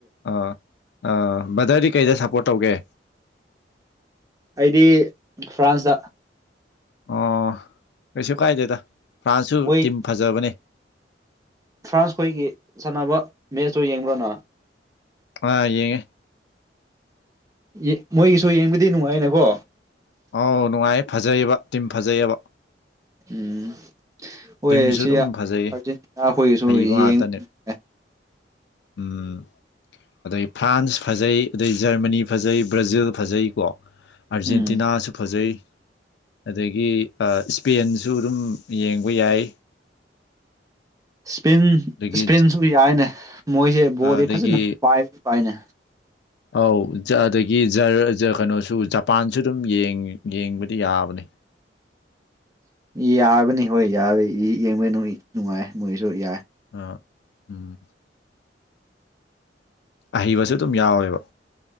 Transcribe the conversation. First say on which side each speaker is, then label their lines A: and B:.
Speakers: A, on the left (about 65°); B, on the right (about 20°).
A: ꯑꯥ ꯑꯥ ꯕꯗ꯭ꯔꯗꯤ ꯀꯩꯗ ꯁꯞꯄꯣ꯭ꯔꯠ ꯇꯧꯒꯦ
B: ꯑꯩꯗꯤ ꯐ꯭ꯔꯥꯟꯁꯇ
A: ꯑꯣ ꯀꯩꯁꯨ ꯀꯥꯏꯗꯦꯗ ꯐ꯭ꯔꯥꯟꯁꯁꯨ
B: ꯃꯣꯏ
A: ꯇꯤꯝ ꯐꯖꯕꯅꯦ
B: ꯐ꯭ꯔꯥꯟꯁ ꯈꯣꯏꯒꯤ ꯁꯥꯟꯅꯕ ꯃꯦꯠꯁꯇꯣ ꯌꯦꯡꯕ꯭ꯔ ꯅꯪ
A: ꯑꯥ ꯌꯦꯡꯉꯦ
B: ꯌꯦ ꯃꯣꯏꯒꯤꯁꯨ ꯌꯦꯡꯕꯗꯤ ꯅꯨꯡꯉꯥꯏꯅꯦꯀꯣ
A: ꯑꯧ ꯅꯨꯡꯉꯥꯏ ꯐꯖꯩꯕ ꯇꯤꯝ ꯐꯖꯩꯌꯦꯕ
B: ꯎꯝ ꯍꯣꯏ
A: ꯇꯤꯝꯁꯨ
B: ꯁꯤ
A: ꯑꯗꯨꯝ
B: ꯑꯥꯔꯖꯦꯟꯇꯤꯅꯥ
A: ꯐꯖꯩ
B: ꯈꯣꯏꯒꯤꯁꯨ
A: ꯍꯩꯕ
B: ꯌꯦꯡꯕ
A: ꯉꯥꯛꯇꯅꯦ
B: ꯅꯨꯡꯉꯥꯏ
A: ꯎꯝ ꯑꯗꯩ ꯐ꯭ꯔꯥꯟꯁ ꯐꯖꯩ ꯑꯗꯩ ꯖ꯭ꯔꯃꯅꯤ ꯐꯖꯩ ꯕ꯭ꯔꯥꯖꯤꯜ ꯐꯖꯩ ꯀꯣ ꯑꯥꯔꯖꯦꯟꯇꯤꯅꯥꯁꯨ
B: ꯎꯝ
A: ꯐꯖꯩ ꯑꯗꯒꯤ ꯁ꯭ꯄꯦꯟꯁꯨ ꯑꯗꯨꯝ ꯌꯦꯡꯕ ꯌꯥꯏ
B: ꯁ꯭ꯄꯤꯟ
A: ꯑꯗꯒꯤ
B: ꯁ꯭ꯄꯤꯟꯖꯨ ꯌꯥꯏꯅꯦ ꯃꯣꯏꯖꯦ ꯕꯣꯜꯗꯤ
A: ꯑꯗꯒꯤ
B: ꯐꯖꯅ ꯄꯥꯏ ꯄꯥꯏꯅꯦ
A: ꯑꯧ ꯑꯗꯒꯤ ꯖꯔ ꯖꯔ ꯀꯩꯅꯣꯁꯨ ꯖꯄꯥꯟꯁꯨ ꯑꯗꯨꯝ ꯌꯦꯡ ꯌꯦꯡꯕꯗꯤ ꯌꯥꯕꯅꯦ <inaudible>
B: ꯌꯥꯕꯅꯤ ꯍꯣꯏ ꯌꯥꯕ ꯌꯦꯡꯕ ꯅꯨꯡ ꯅꯨꯡꯉꯥꯏ ꯃꯣꯏꯁꯨ ꯌꯥꯏ
A: ꯑꯥ ꯎꯝ ꯑꯍꯩꯕꯁꯨꯦ ꯑꯗꯨꯝ ꯌꯥꯎꯋꯦꯕ